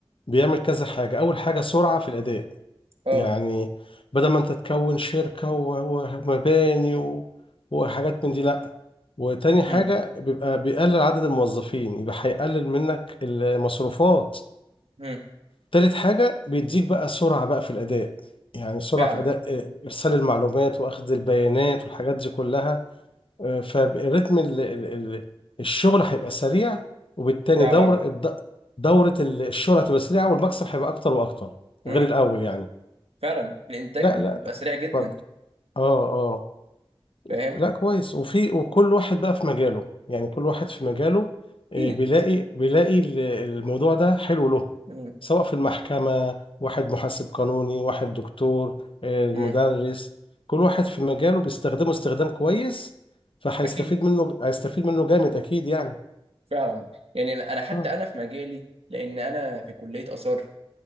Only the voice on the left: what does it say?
بيعمل كذا حاجة اول حاجة سرعة في الاداء
يعني بدل ما انت تكون شركة و- ومباني و... وحاجات من دي لا وتاني حاجة
بيبقى بيقلل عدد الموظفين يبقى هيقلل منك المصروفات
تالت حاجة بيديك بقى سرعة بقى في الأداء يعني سرعة
في أداء آه، إرسال المعلومات وأخذ البيانات والحاجات دي كلها آه، فالريتم ال- ال- ال- الشغل هيبقى سريع وبالتالي
دور الد- دورة ال- الشغل هتبقى سريعة والمكسب هيبقى أكتر وأكتر
غير الأول يعني
لا
لا
اتفضل اه آه.
لا كويس وفي وكل واحد بقى في مجاله يعني كل واحد في مجاله آه،
بيلاقي بيلاقي ال- الموضوع ده حلو له
سواء في المحكمة واحد محاسب قانوني واحد دكتور آه،
مدرس كل واحد في مجاله بيستخدمه استخدام كويس فهيستفيد
منه هيستفيد منه جامد أكيد يعني
اه